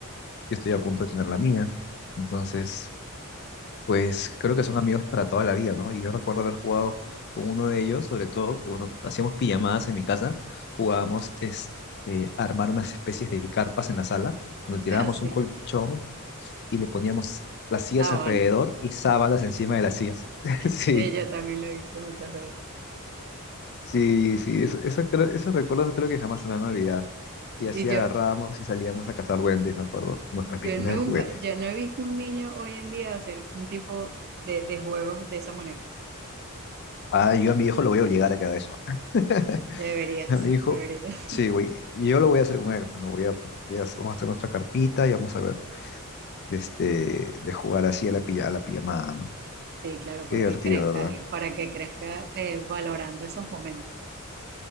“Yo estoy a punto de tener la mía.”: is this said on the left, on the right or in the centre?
Left